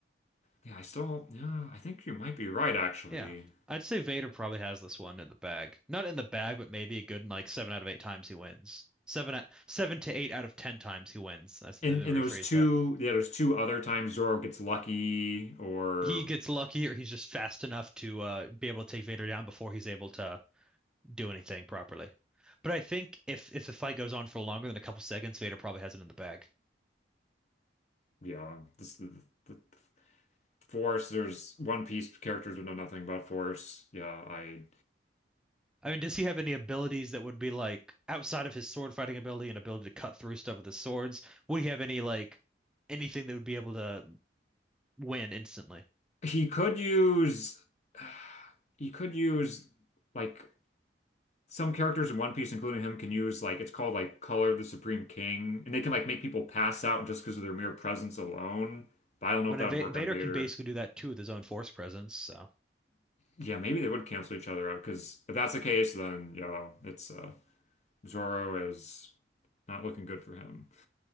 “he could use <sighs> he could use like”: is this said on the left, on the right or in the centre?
Left